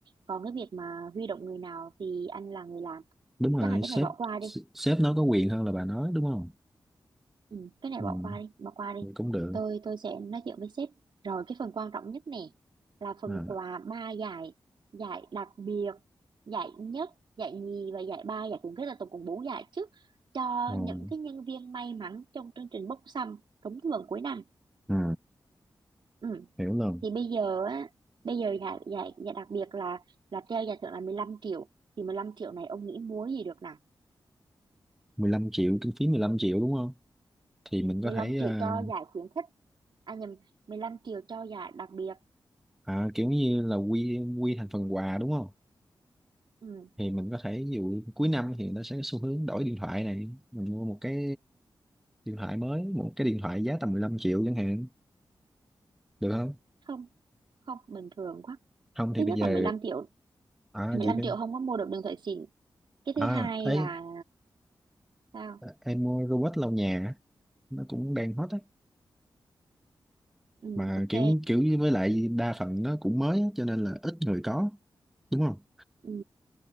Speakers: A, on the right; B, in the centre.
A: Còn cái việc mà huy động người nào thì anh là người làm.
B: đúng rồi
A: Chắc là cái
B: sếp
A: này bỏ qua đi.
B: sếp nó có quyền hơn là bà nói đúng không
A: Ừ, cái này
B: ừ,
A: bỏ qua đi, bỏ qua đi.
B: vậy cũng được
A: Tôi tôi sẽ nói chuyện với sếp. Rồi cái phần quan trọng nhất nè là phần
B: à,
A: quà ba giải, giải đặc biệt, giải nhất, giải nhì và giải ba, giải khuyến khích là tổng cộng bốn giải chứ cho
B: rồi
A: những cái nhân viên may mắn trong chương trình bốc thăm trúng thưởng cuối năm.
B: ừ,
A: Ừ.
B: hiểu rồi
A: Thì bây giờ á, bây giờ giải giải giải đặc biệt là là treo giải thưởng là 15 triệu. Thì 15 triệu này ông nghĩ múa gì được nào?
B: 15 triệu kinh phí 15 triệu đúng không thì mình
A: mười
B: có
A: lăm
B: thể
A: triệu
B: à,
A: cho giải khuyến khích. À nhầm, 15 triệu cho giải đặc biệt.
B: à, kiểu như là quy quy thành phần quà đúng không
A: Ừ.
B: thì mình có thể ví dụ cuối năm thì người ta sẽ có xu hướng đổi điện thoại này mình mua một cái điện thoại mới một cái điện thoại giá tầm 15 triệu chẳng hạn được không
A: không không bình thường quá
B: không thì
A: thứ nhất
B: bây giờ
A: là mười lăm triệu
B: à
A: mười
B: gì
A: lăm
B: bên
A: triệu không có mua được đường thủy xịn cái thứ
B: à
A: hai
B: ấy
A: là sao
B: em mua robot lau nhà á, nó cũng đang hot á
A: ừ,
B: mà
A: ok
B: kiểu kiểu như với lại đa phần nó cũng mới á, cho nên là ít người có đúng không
A: ừ,